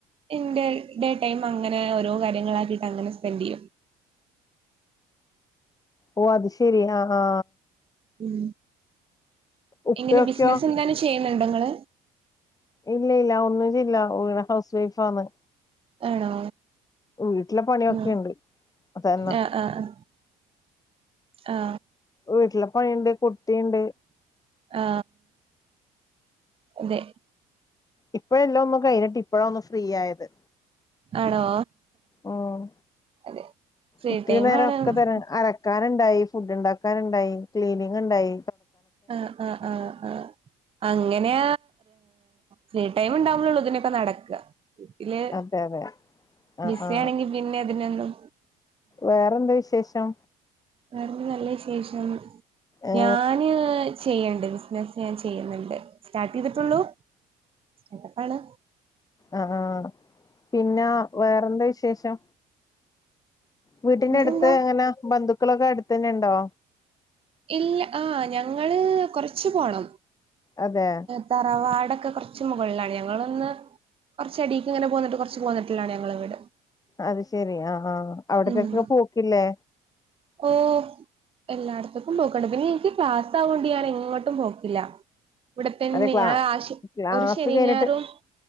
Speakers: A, on the right (about 30°); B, on the left (about 20°).
A: ഇന്റെ ഡേ ടൈമ് അങ്ങനെ ഓരോ കാര്യങ്ങളാക്കിയിട്ട് അങ്ങനെ സ്പെൻഡ് ചെയ്യും
B: ഓ അത് ശരി ആ ആ
A: ഉം
B: ഉപ്പയൊക്കെയോ
A: എങ്ങനെ ബിസ്നസ് എന്തേലും ചെയ്യ്ന്ന്ണ്ടോ ഇങ്ങള്
B: ഇല്ല ഇല്ല ഒന്നും ചെയ്യ്ല്ല ഇവടെ ഹൗസ് വൈഫ ആന്ന്
A: ആണോ
B: വീട്ടിലെ പണിയൊക്കെണ്ട്
A: ഉം
B: അതന്നെ
A: ആ ആ ആ ആ
B: വീട്ടിലെ പണിണ്ട് കുട്ടിണ്ട്
A: ആ അതെ
B: ഇപ്പഴെല്ലോം ഒന്ന് കഴിഞ്ഞിട്ട് ഇപ്പഴ ഒന്ന് ഫ്രീ ആയത്
A: ആണോ
B: ഉം
A: അതെ ഫ്രീ
B: ഇത്തിരി
A: ടൈം
B: നേരം
A: ആണ്
B: ഒക്ക തരാ അല ക്കാന്ണ്ടായി ഫുഡ് ഇണ്ടാക്കാന്ണ്ടായി ക്ലീനിങ് ഇണ്ടായി
A: ആ ആ ആ ആ അങ്ങെനാ ഫ്രീ ടൈമ് ഇണ്ടാവുമ്പളോള്ളൂ ഇതിന ഒക്ക നടക്ക വീട്ടില്
B: അതെ അതെ ആ
A: ബിസി
B: ആ
A: ആണെങ്കി പിന്നെ അതിനൊന്നും
B: വേറെ എന്താ വിശേഷം
A: വേറെ നല്ല ശേഷം
B: ഏ
A: ഞാന് ചെയ്യ്ണ്ട് ബിസ്നസ്സ് ഞാൻ ചെയ്യുന്ന്ണ്ട് സ്റ്റാർട്ട് ചെയ്തിട്ടുള്ളൂ എതപ്പാണ്
B: ആ ആ പിന്ന വേറെന്താ വിശേഷം വീട്ട്ന്റെ
A: വേറെന്താ
B: എട്ത്ത് എങ്ങന ബന്ധുക്കളൊക്ക അട്ത്ത്ന്നെ ഇണ്ടോ
A: ഇല്ല ആ ഞങ്ങള് കൊർച്ച് പോണം
B: അതെ
A: തറവാടക്കെ കൊർച്ച് മുകൾലാണ് ഞങ്ങളൊന്ന് കൊർച്ച അടീക്ക് ഇങ്ങനെ പോന്നിട്ട് കൊർച്ച് പോന്നി ട്ടിലാ ഞങ്ങള വീട്
B: അത് ശരി ആ ആ അവ്ടത്തെക്കെക്ക
A: ഉം
B: പോക്കില്ലേ
A: ഓ എല്ലാട്ത്ത്ക്കും പോക്ക്ണ്ട് പിന്നെ ഇൻക്ക് ക്ലാസ് ആവോണ്ട് ഞാന് എങ്ങട്ടും പോക്കില്ല ഇവടെ തന്നെ
B: അതെ ക്ലാ
A: ഞാ ആഷി
B: ക്ലാസ്
A: ഒരു ശനിം
B: കഴിഞ്ഞിട്ട്
A: ഞായറും